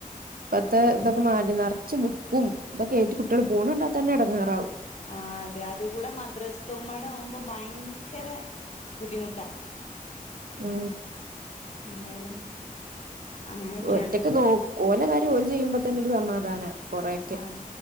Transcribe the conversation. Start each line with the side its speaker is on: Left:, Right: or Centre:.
Right: ഇപ്പത്തെ ഇതൊക്കെ മാറ്റി നർച്ച് ബുക്കും ഇതൊക്കെ ഏറ്റ് കുട്ടികൾ പോണണ്ടാ തന്നെ എടങ്ങാറാവും
Left: ആ അതെ അത്‌കൂടെ മദ്രസ്ത്തതുംപാടെ ആവുമ്പോ ഭയങ്കര ബുദ്ധിമുട്ടാ
Right: ഉം
Left: എന്തായാലും അങ്ങനെയൊക്കെയാണ്
Right: ഒറ്റക്ക് നോ ഓലെ കാര്യം ഓല് ചെയ്യുമ്പോ തന്നെ ഒരു സമാധാനാ കൊറേയൊക്കെ
Left: ആഹ്